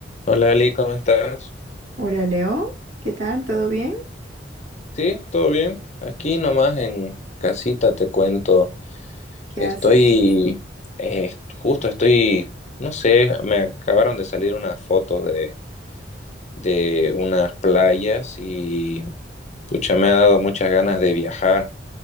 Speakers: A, on the left; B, on the right.
A: Hola Ali, ¿cómo estás?
B: Hola Leo, ¿qué tal? ¿Todo bien?
A: Sí, todo bien. Aquí nomás en casita te cuento.
B: ¿Qué
A: Estoy,
B: haces?
A: eh, justo estoy, no sé, me acabaron de salir unas fotos de, de unas playas y pucha, me ha dado muchas ganas de viajar.